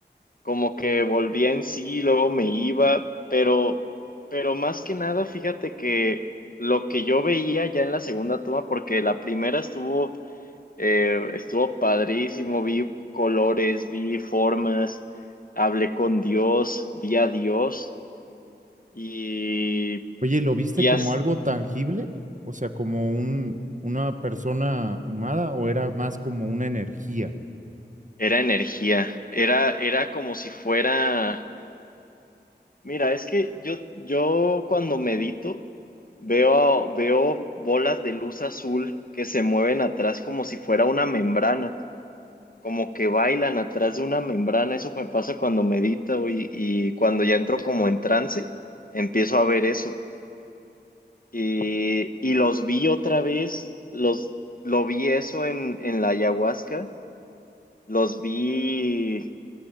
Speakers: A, on the left (about 50°); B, on the right (about 45°).
A: como que volvía en sí, luego me iba, pero, pero más que nada, fíjate que lo que yo veía ya en la segunda toma, porque la primera estuvo, eh, estuvo padrísimo, vi colores, vi formas, hablé con Dios, vi a Dios y,
B: Oye, ¿lo viste
A: y
B: como
A: as-
B: algo tangible? O sea, como un, una persona humada o era más como una energía?
A: era energía, era, era como si fuera Mira, es que yo, yo cuando medito veo, veo bolas de luz azul que se mueven atrás como si fuera una membrana, como que bailan atrás de una membrana. Eso me pasa cuando medito y, y cuando ya entro como en trance, empiezo a ver eso. Y, y los vi otra vez, los, lo vi eso en, en la ayahuasca, los vi